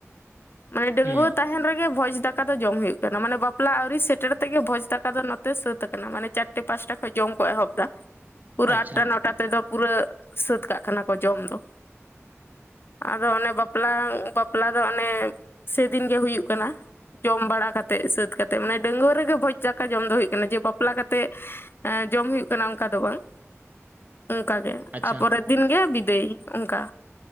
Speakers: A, on the left; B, on the right.
A: ᱢᱟᱱᱮ ᱰᱟᱹᱝᱜᱩᱣᱟᱹ
B: ᱦᱮᱸ
A: ᱛᱟᱦᱮᱱ ᱨᱮᱜᱮ ᱵᱷᱚᱡᱽ ᱫᱟᱠᱟ ᱫᱟᱠᱟ ᱫᱚ ᱡᱚᱢ ᱦᱩᱭᱩᱜ ᱠᱟᱱᱟ᱾ ᱢᱟᱱᱮ ᱵᱟᱯᱞᱟ ᱟᱹᱣᱨᱤ ᱥᱮᱴᱮᱨ ᱛᱮᱜᱮ ᱵᱷᱚᱡᱽ ᱫᱟᱠᱟ ᱫᱚ ᱱᱚᱛᱮ ᱥᱟᱹᱛ ᱟᱠᱟᱱᱟ᱾ ᱢᱟᱱᱮ ᱪᱟᱴᱴᱟ ᱯᱟᱸᱪᱴᱟ ᱠᱷᱚᱱ ᱡᱚᱢ ᱠᱚ ᱮᱦᱚᱵ ᱮᱫᱟ᱾ ᱯᱩᱨᱟᱹ
B: ᱟᱪᱪᱷᱟ
A: ᱟᱴᱴᱟ ᱱᱚᱴᱟ ᱛᱮᱫᱚ ᱯᱩᱨᱟᱹ ᱯᱩᱨᱟᱹᱣ ᱠᱟᱜ ᱠᱟᱱᱟ ᱠᱚ ᱡᱚᱢ ᱫᱚ ᱟᱫᱚ ᱚᱱᱮ ᱵᱟᱯᱞᱟ ᱵᱟᱯᱞᱟ ᱫᱚ ᱚᱱᱮ ᱥᱮᱫᱤᱱ ᱜᱮ ᱦᱩᱭᱩᱜ ᱠᱟᱱᱟ᱾ ᱡᱚᱢ ᱵᱟᱲᱟ ᱠᱟᱛᱮᱜ ᱥᱟᱹᱛ ᱠᱟᱛᱮᱫ ᱢᱟᱱᱮ ᱰᱟᱹᱝᱜᱩᱣ ᱨᱮᱜᱮ ᱵᱷᱚᱡᱽ ᱫᱟᱠᱟ ᱡᱚᱢ ᱫᱚ ᱦᱩᱭᱩᱜ ᱠᱟᱱᱟ᱾ ᱡᱮ ᱵᱟᱯᱞᱟ ᱠᱟᱛᱮᱫ ᱮ ᱡᱚᱢ ᱦᱩᱭᱩᱜ ᱠᱟᱱᱟ ᱚᱱᱠᱟ ᱫᱚ ᱵᱟᱝ ᱚᱱᱠᱟ ᱜᱮ
B: ᱟᱪᱪᱷᱟ
A: ᱟᱨ ᱯᱚᱨᱮᱨ ᱫᱤᱱ ᱜᱮ ᱵᱤᱫᱟᱹᱭ ᱚᱱᱠᱟ